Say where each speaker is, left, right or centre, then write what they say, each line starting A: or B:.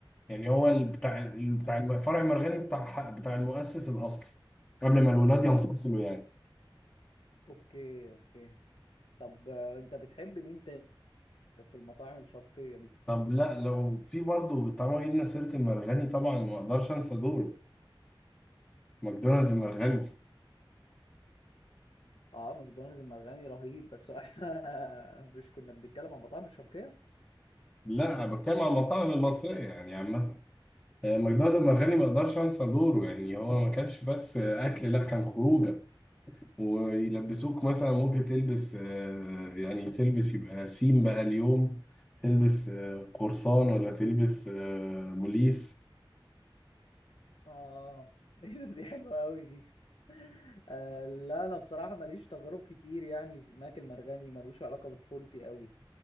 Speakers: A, on the left; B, on the left.
A: يعني هو اللي بتاع اللي بتاع
B: آه.
A: فرع المرغني بتاع بتاع المؤسس الاصلي قبل ما الولاد ينفصلوا يعني
B: اوكي اوكي طب آه، انت بتحب مين تاني في المطاعم الشرقيه دي
A: طب لا لو في برضه طالما جبنا سيره المرغني طبعا ما اقدرش انسى دوره ماكدونالدز المرغني
B: اه ماكدونالدز المرغني رهيب بس احنا <laughs> مش كنا بنتكلم عن مطاعم الشرقية
A: لا انا بتكلم عن المطاعم المصريه يعني عامه آه، مجدات المرغني ما اقدرش انسى دوره يعني هو ما كانش بس آه، اكل لا كان خروجه ويلبسوك مثلا ممكن تلبس آه، يعني تلبس يبقى سيم بقى اليوم تلبس آه، قرصان ولا تلبس آه، بوليس
B: اه <laughs> دي دي حلوة قوي دي آه لا انا بصراحة ماليش تجارب كتير يعني في ماكل مرغني ملوش علاقة بطفولتي قوي